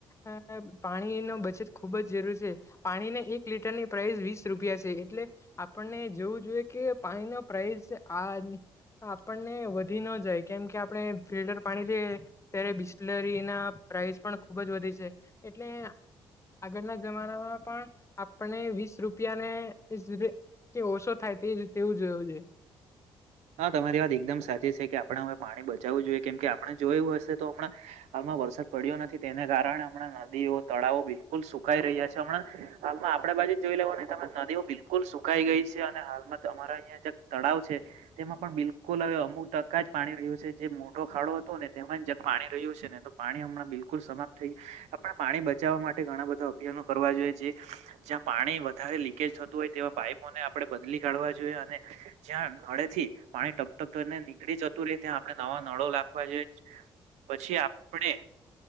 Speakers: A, on the left; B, on the right.
A: અ પાણી નો બચત ખુબ જ જરૂર છે. પાણીન એક લીટરની પ્રાઇસ વીસ રૂપિયા છે, એટલે આપણને જોવું જોઈએ કે પાણીનો પ્રાઇસ આ આપણને વધી ન જાય કેમ કે આપણે ફિલ્ટર પાણી લઈએ ત્યારે બિસ્લરી ના પ્રાઇઝ પણ ખુબ જ વધે છે એટલે આગળના જમાનામાં પણ આપણને વીસ રૂપિયાને <unintelligible> કે ઓછો થાય તે તેવું જોવું જોયે.
B: હા તમારી વાત એકદમ સાચી છે કે આપડ હવે પાણી બચાવું જોઈએ કેમ કે આપણે જોયું હશે તો હમણાં હાલમાં વરસાદ પડ્યો નથી તેને કારણે હમણાં નદીઓ, તળાવો બિલકુલ સુ કાઈ રહ્યા છે હમણાં. હાલમાં આપડા બાજુ જ જોઈ લેવો ને તમે નદીઓ બિલકુલ સુકાઈ ગઈ છે અને હાલમાં ત મારા અહિયાં જે તળાવ છે તેમાં પણ બિલકુલ હવે અમુક ટકા જ પાણી રહ્યું છે, જે મોટો ખાડો હતો ને તેમાં જ પાણી રહ્યું છે ને તો પાણી હમણાં બિલકુલ સમાપ્ત થઈ, આપણા પાણી બચાવવા માટે ઘણા બધા અભિયાનો કરવા જોઈએ જે જ્ યા પાણી વધારે લીકેજ થતું હોય તેવા પાઈપોને આપણે બદલી કાઢવા જોઈએ અને જ્યાં નળેથી પાણી ટપ ટપ થઇને નીકળી જતુ રે, ત્યાં આપડે નવા નળો લાખવા જોઈએ છ. પછી આપણે